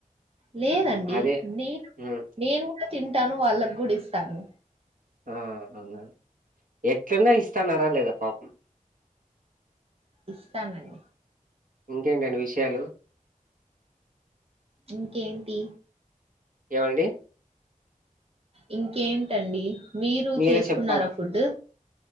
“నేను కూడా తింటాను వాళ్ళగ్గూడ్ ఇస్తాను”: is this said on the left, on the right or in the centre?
Right